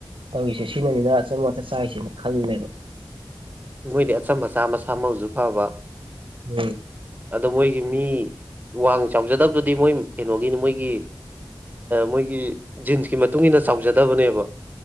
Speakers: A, on the right; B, on the right.
A: ꯇꯧꯔꯤꯁꯦ ꯁꯤꯅꯅꯤꯅ ꯑꯆꯝꯇ ꯆꯥꯏꯔꯤꯁꯅ ꯈꯜꯂꯦꯕ
B: ꯃꯣꯏꯗꯤ ꯑꯆꯝ ꯃꯆꯥ ꯃꯁꯥ ꯃꯎꯁꯨ ꯐꯕ
A: ꯎꯝ
B: ꯑꯗꯣ ꯃꯣꯏꯒꯤ ꯃꯤ ꯋꯥꯡ ꯆꯥꯎꯖꯗꯕꯗꯨꯗꯤ ꯃꯣꯏ ꯀꯩꯅꯣꯒꯤꯅꯤ ꯃꯣꯏꯒꯤ ꯃꯣꯏꯒꯤ ꯖꯤꯟꯁꯀꯤ ꯃꯇꯨꯡ ꯏꯟꯅ ꯆꯥꯎꯖꯗꯕꯅꯦꯕ